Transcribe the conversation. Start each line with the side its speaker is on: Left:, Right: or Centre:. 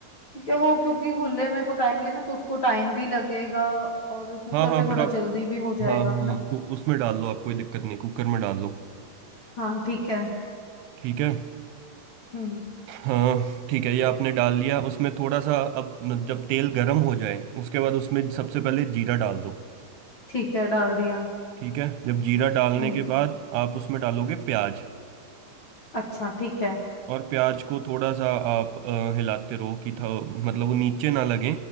Left: क्या वो क्योंकि खुले में पकाएंगे ना तो उसको टाइम भी लगेगा और कुकर
Right: हाँ हाँ
Left: में थोड़ा
Right: फिर आप
Left: जल्दी भी हो जाएगा
Right: हाँ हाँ
Left: है ना
Right: हाँ तो उसमें डाल लो आप कोई दिक्कत नहीं कुकर में डाल लो
Left: हाँ ठीक है
Right: ठीक है
Left: हम्म
Right: हाँ ठीक है ये आपने डाल लिया उसमें थोड़ा सा अब न- जब तेल गर्म हो जाए उसके बाद उसमें सबसे पहले जीरा डाल दो
Left: ठीक है डाल दिया
Right: ठीक है जब जीरा डालने
Left: हम्म
Right: के बाद आप उसमें डालोगे प्याज
Left: अच्छा ठीक है
Right: और प्याज को थोड़ा सा आप अ, हिलाते रहो कि था मतलब वो नीचे ना लगे